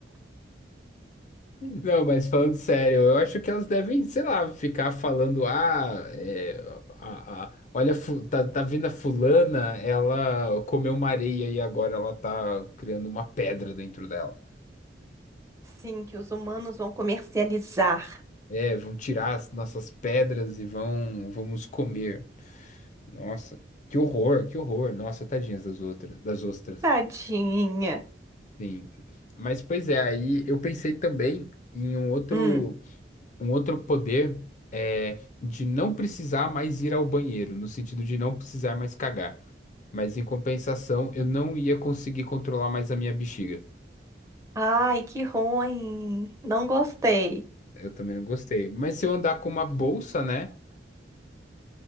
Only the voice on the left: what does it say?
Não, mas falando sério, eu acho que elas devem, sei lá, ficar falando, ah, é, a, a- olha, fu- tá, tá vendo a fulana, ela comeu uma areia e agora ela tá criando uma pedra dentro dela.
É, vão tirar as nossas pedras e vão, vão nos comer. Nossa, que horror, que horror. Nossa, tadinhas das outras, das ostras.
Sim. Mas pois é, aí eu pensei também em um outro.
um outro poder é de não precisar mais ir ao banheiro, no sentido de não precisar mais cagar. Mas em compensação, eu não ia conseguir controlar mais a minha bexiga.
Eu também não gostei. Mas se eu andar com uma bolsa, né?